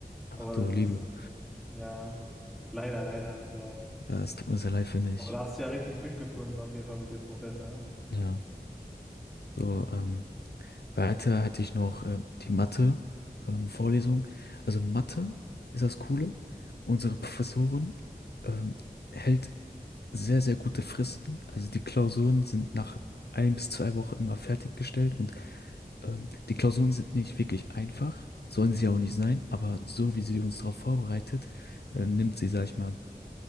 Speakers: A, on the left; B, in the centre.
A: Ach
B: Aber
A: du
B: das
A: Liebe,
B: ist, ja, leider, leider. Aber,
A: das tut mir sehr leid, finde ich.
B: aber da hast du ja richtig Glück gefunden, auf jeden Fall mit dem Professor, ja.
A: Ja, so, ähm, Weiter hatte ich noch äh, die Mathe, ähm, Vorlesung. Also Mathe ist das Coole. Unsere Professorin ähm, hält sehr, sehr gute Fristen. Also die Klausuren sind nach ein bis zwei Wochen immer fertiggestellt und ähm, die Klausuren sind nicht wirklich einfach, sollen sie auch nicht sein, aber so wie sie uns darauf vorbereitet, äh, nimmt sie, sag ich mal,